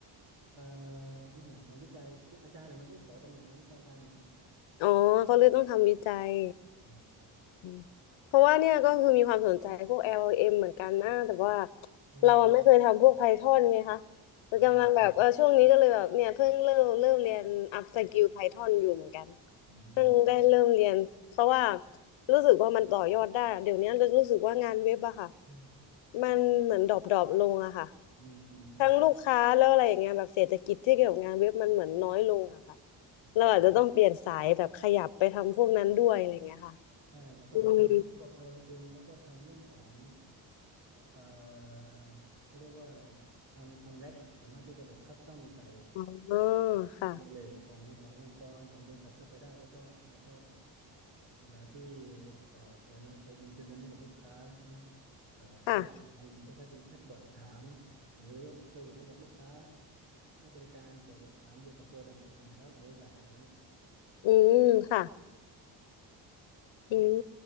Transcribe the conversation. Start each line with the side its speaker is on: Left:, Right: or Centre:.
Right: เอ่อไม่ทำวิจัยคืออาจารย์เนี่ยมันต้องขอตำแหน่งทางวิชาการไง
Left: อ๋อเขาเลยต้องทำวิจัย
Right: ใช่ใช่
Left: อืมเพราะว่าเนี่ยก็คือมีความสนใจพวก LLM เอ็มเหมือนกันนะแต่ว่า
Right: อืม
Left: เราอะไม่เคยทำพวก Python ไงคะแต่กำลังแบบเออช่วงนี้ก็เลยแบบเนี่ยเพิ่งเริ่มเริ่มเรียนอัพสก
Right: อ่า
Left: l ลไพทอนอยู่เหมือนกัน
Right: อืม
Left: เพิ่งได้เริ่มเรียนเพราะว่ารู้สึกว่ามันต่อยอดได้เดี๋ยวนี้รู้สึกว่างานเว็บอะค่ะ
Right: อืม
Left: มันเหมือนดรอปดรอปลงอะค่ะ
Right: อืมอืมอืมอืม
Left: ทั้งลูกค้าแล้วอะไรอย่างเงี้ยแบบเศรษฐกิจที่เกี่ยวกับงานเว็บมันเหมือนน้อยลงอะค่ะ
Right: อืม
Left: เราอาจจะต้องเปลี่ยนสายแบบขยับไปทำพวกนั้นด้วยอะไรอย่างเงี้ยค่ะ
Right: ใช่ แล้วก็ไปทำพวก
Left: อืม
Right: l ็ m แล้วก็ทำเรื่องของ เอ่อเขาเรียกว่าอะไร ทำทำแร็กอะสามารถที่จะแบบคัสตอมใส่
Left: อ๋อค่ะ
Right: โนเลจของขององค์กรของบริษัทเข้าไปได้แล้วก็แล้วก็ เวลาที่เอ่ออะไรนะ ไป implement ให้กับลูกค้าใช่ไหมเอ่อเขาอยากทำคล้ายๆเป็นแชทบอทถาม
Left: ค่ะ
Right: หรือเซอร์วิสให้กับลูกค้าให้บริการเกี่ยวกับถามเกี่ยวกับ Product หรือสินค้าของบริษัทอะไรเงี้ย
Left: อืมค่ะอืม